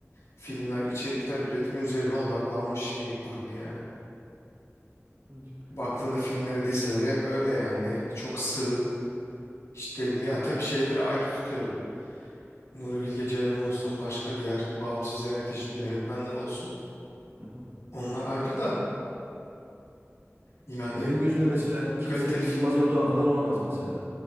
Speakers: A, on the left; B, on the right.
A: filmler, içerikler üretme üzerine odaklanmış bir grup yani.
B: Evet.
A: Baktığında filmlere, dizilere hep öyle yani çok sığ, işlerini ya tabii şeyleri ayrı tutuyorum. Nuri Bilge Ceylan olsun, başka diğer bağımsız yönetici yönetmenler olsun.
B: Hı hı.
A: Onlar ayrı da yani
B: Ya
A: e,
B: benim gözümde mesela kimse
A: kaliteli
B: bir
A: film
B: Yılmaz Erdoğan kadar olamaz mesela.